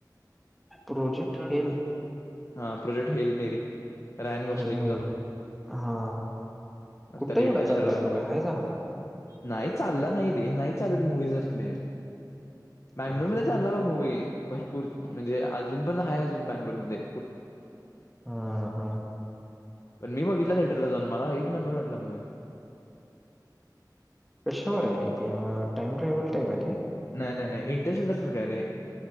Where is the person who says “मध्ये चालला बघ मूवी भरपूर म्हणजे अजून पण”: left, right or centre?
Left